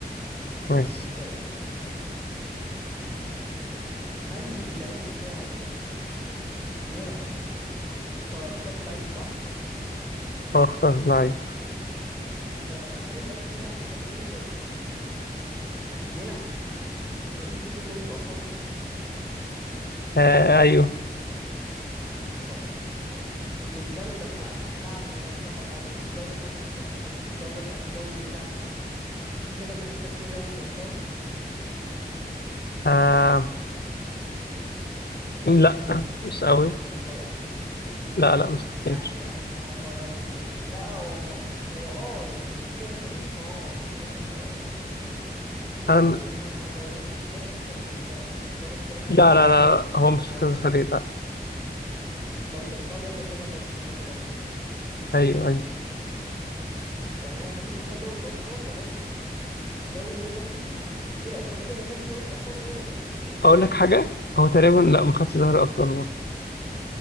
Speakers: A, on the left (about 75°); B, in the centre.
A: ماشي
B: طيب هل اللعيب بتاعك ده بيلعب طب اخترت لعيب صح؟
A: هو اختار لاعب
B: تمام هل اللعيب بتاعك ده هو بي... بي... بيلعب في فريق كسب دوري الابطال؟
A: آه ايوه
B: طيب. والدولة بتاعت بتاعته نفسها او مش الدولة بتاعته نفسها ال- الدولة بتاعت الدوري اللي بيلعب فيه في كذا فريق خد فيها دوري الأبطال
A: آه لا مش قوي
B: يعني لو
A: لا لا مش كتير
B: لا يعني ما هو لو لا آه والله هو اه يعني لو في كذا فريق فاه فالإجابة تبقى اه
A: أنا
B: يعني مثلا لو هو في انجلترا ففي كذا فريق اه ففي اسبانيا في كذا فريق
A: لا لا لا هو مش في
B: لو
A: كذا فريق لا
B: لو في ايطاليا في كذا فريق وهكذا
A: ايوه ايوه
B: يعني هو فريق وخد دوري الابطال ولكن الد- الدوري اللي هو فيه الفرقه الوحيده اللي خدت دوري الابطال هو فرقته اللي
A: اقول
B: بيلعب
A: لك
B: فيها
A: حاجه هو تقريبا لا ما خدش دوري ابطال برضه.